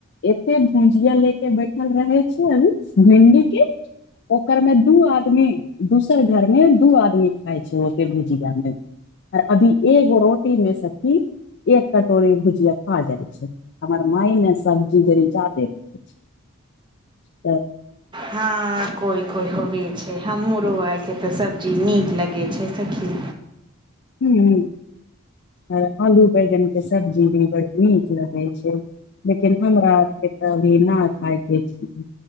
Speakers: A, on the left; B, on the right.
A: <inaudible> एते भुजिया ले केँ बैठल रहे छै अभी भिंडी केँ ओकर में दू आदमी दोसर घरमे दू आदमी खाइ छै ओते भुजिया में अभी एगो रोटी में सखी एक कटोरी भुजिया खा जाइ छै हमर माई ने सब्जी तनी जादे खाय छै। <inaudible>
B: हँ कोइ कोइ होबे छै हमँरो आर केँ तऽ सब्जी नीक लगैत छै सखी।
A: हू <inaudible> आर आलू बैगन केँ सब्जी भी बड़ नीक लगे छै। लेकिन हमरा आर केँ तऽ अभी ना खाय केँ छैय